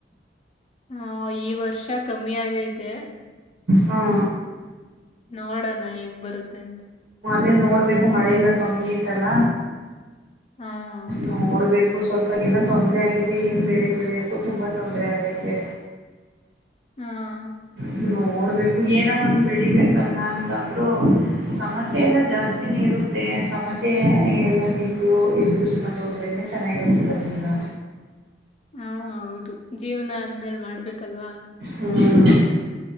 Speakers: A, on the left; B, on the right.
A: ಹಾ ಈ ವರ್ಷ ಕಮ್ಮಿ ಆಗೈತೆ
B: ಹಾ
A: ನೋಡಣ ಹೆಂಗ್ ಬರುತ್ತೆ ಅಂತ
B: ಅೇ ನೋಡ್ಬೇಕು ಮಳೆ ಎಲ್ಲ ಕಮ್ಮಿ ಐತಲ್ಲ
A: ಹಾ ಹೌದು
B: ನೋಡ್ಬೇಕು ಸ್ವಲ್ಪ ಇಾಗೆಲ್ಲಾ ತೊಂದ್ರರೆ ಆಗಿದೆ ಏನ್ ಬಳ ಬಳಕು ತುಂಬಾ ತೊಂದರೆ ಆಗೈತೆ
A: ಹಾ
B: ನೀ ನೋಡ್ಬೇಕು ಏನ ಒಂದು ಬೆಳಿಬೇಕಲ್ಲ ನ ಯಂದ್ರರು ಸಮಸ್ಯೆ ಎಲ್ಲ ಜಾಸ್ತಿನೇ ಇರುತ್ತೆ ಸಮಸ್ಯೆ ಎಲ್ಲ ಇದ್ರು ಬಿಡಿಸ್ಕೊಂಡು ಹೋದ್ರೇ ಚೆನ್ನಾಗಿರುತ್ತ ಲಗ್ನನ
A: ಹ್ಮ ಹೌದು ಜೀವನ ಅಂದ್ಮೇಲ್ ಮಾಡ್ಬೇಕಲ್ವಾ
B: ಹ್ಮ್